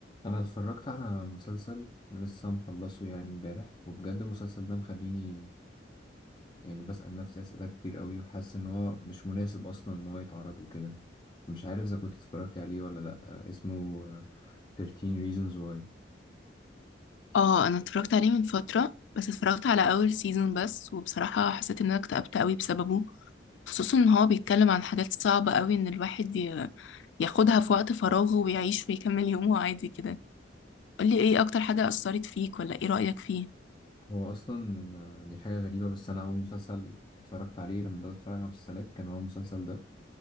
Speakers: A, on the left (about 25°); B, on the left (about 80°).
A: انا اتفرجت على مسلسل لسه مخلصه يعني امبارح وبجد المسلسل ده مخليني يعني بسأل نفسي أسئلة كتير قوي وحاسس ان هو مش مناسب اصلا ان هو يتعرض وكده مش عارف اذا كنت اتفرجت عليه ولا لا اسمه آه، 13 Reasons Why
B: اه انا اتفرجت عليه من فترة بس اتفرجت على اول سيزون بس وبصراحة حسيت ان انا اكتئبت قوي بسببه خصوصا ان هو بيتكلم عن حاجات صعبة قوي ان الواحد ي- ياخدها في وقت فراغه ويعيش ويكمل يومه عادي كده قولي ايه اكتر حاجة اثرت فيك ولا ايه رأيك فيه
A: هو اصلا آه، دي حاجة غريبة بس انا اول مسلسل اتفرجت عليه لما بدأت اتفرج على مسلسلات كان هو المسلسل ده